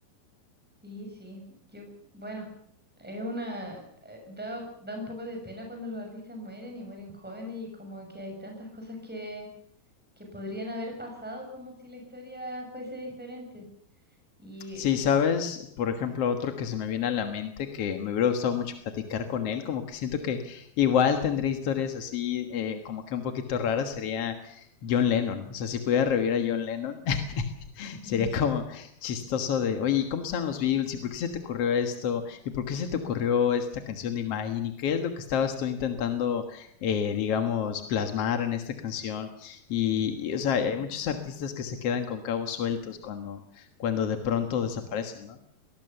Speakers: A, in the centre; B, on the left.
A: Sí, sí, yo, bueno, es una, eh, da, da un poco de pena cuando los artistas mueren y mueren jóvenes y como que hay tantas cosas que, que podrían haber pasado como si la historia fuese diferente. Y
B: Sí, sabes,
A: Ujú.
B: por ejemplo, otro que se me viene a la mente que me hubiera gustado mucho platicar con él, como que siento que igual tendría historias así, eh, como que un poquito raras, sería John Lennon. O sea, si pudiera revivir a John Lennon,
A: Mm,
B: sería como chistoso de, oye, ¿y ¿cómo son los Beatles? ¿Y por qué se te ocurrió esto? ¿Y por qué se te ocurrió esta canción de Imagine? ¿Y qué es lo que estabas tú intentando, eh, digamos, plasmar en esta canción? Y, y, o sea,
A: sí,
B: hay
A: sí,
B: muchos
A: sí.
B: artistas que se quedan con cabos sueltos cuando, cuando de pronto desaparecen, ¿no?